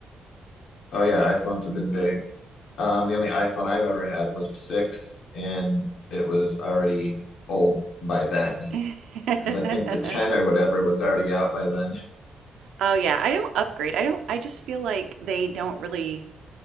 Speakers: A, on the left; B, on the right.
A: oh yeah, iPhones have been big. Um, the only iPhone I've ever had was a six, and it was already old by then
B: <laughs>
A: because I think the 10 or whatever was already out by then.
B: Oh yeah, I don't upgrade. I don't I just feel like they don't really